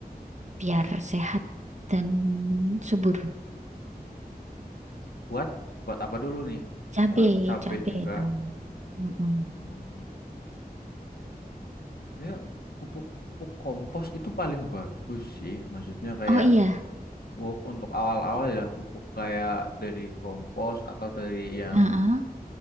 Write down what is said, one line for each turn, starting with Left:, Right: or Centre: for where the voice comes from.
Right: Biar sehat dan subur.
Left: buat buat apa dulu nih
Right: Cabe,
Left: buat cabai
Right: cabe
Left: juga
Right: dong. Mm-mm.
Left: Hmm, Sebenarnya pupuk pupuk kompos itu paling bagus sih. Maksudnya kayak
Right: Oh iya.
Left: pupuk untuk awal-awal ya pupuk kayak dari kompos atau dari yang
Right: Heeh.